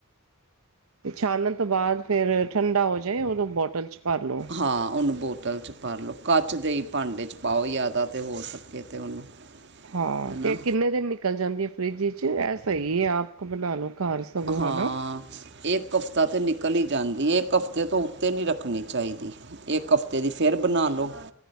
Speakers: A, on the right; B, on the right.
A: ਤੇ ਛਾਨਣ ਤੋਂ ਬਾਅਦ ਫਿਰ ਠੰਡਾ ਹੋ ਜੇ ਓਦੋਂ ਬੋਟਲ 'ਚ ਭਰ ਲੋ।
B: ਹਾਂ ਉਹਨੂੰ ਬੋਤਲ 'ਚ ਭਰ ਲਓ ਕੱਚ ਦੇ ਈ ਭਾਂਡੇ 'ਚ ਪਾਓ ਜਿਆਦਾ ਤੇ ਹੋ ਸਕੇ ਤੇ ਉਹਨੂੰ।
A: <inaudible> ਹਾਂ
B: ਹੈ ਨਾ
A: ਤੇ ਇਹ ਕਿੰਨੇ ਦਿਨ ਨਿਕਲ ਜਾਂਦੀ ਏ ਫਰਿੱਜ 'ਚ ਐ ਸ‌ਈ ਏ ਆਪ ਬਣਾ ਲੋ ਘਰ ਸਗੋਂ
B: ਹਾਂ।
A: ਹਨਾ
B: ਇੱਕ ਹਫ਼ਤਾ ਤੇ ਨਿਕਲ ਈ ਜਾਂਦੀ ਏ ਇਕ ਹਫ਼ਤੇ ਤੋਂ ਉੱਤੇ ਨੀ ਰੱਖਣੀ ਚਾਈਦੀ। ਇੱਕ ਹਫਤੇ ਦੀ ਫਿਰ ਬਣਾ ਲੋ।